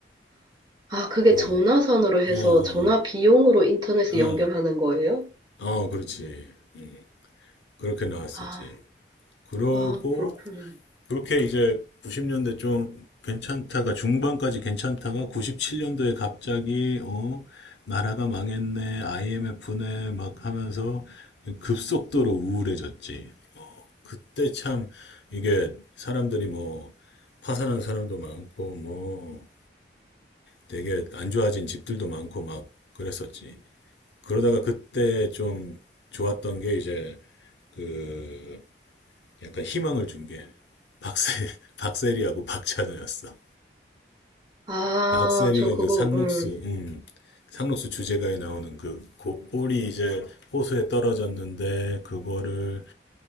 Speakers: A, on the right; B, on the left.
A: 아, 그게
B: 응.
A: 전화선으로 해서
B: 어,
A: 전화
B: 어,
A: 비용으로 인터넷을
B: 어,
A: 연결하는 거예요?
B: 어, 그렇지. 음, 그렇게 나왔었지.
A: 아,
B: 그러고
A: 아, 그렇구나.
B: 그렇게 이제 90년대 좀 괜찮다가 중반까지 괜찮다가 97년도에 갑자기 어 나라가 망했네 IMF네 막 하면서 급속도로 우울해졌지. 그때 참 이게 사람들이 뭐 파산한 사람도 많고 뭐 되게 안 좋아진 집들도 많고 막 그랬었지. 그러다가 그때 좀 좋았던 게 이제 그 약간 희망을 준 게 박세 <laughs> 박세리하고 박찬호였어.
A: 아,
B: 박세리가
A: 저 그거,
B: 그 상록수
A: 음.
B: 음, 상록수 주제가에 나오는 그 곧볼이 이제 호수에 떨어졌는데 그거를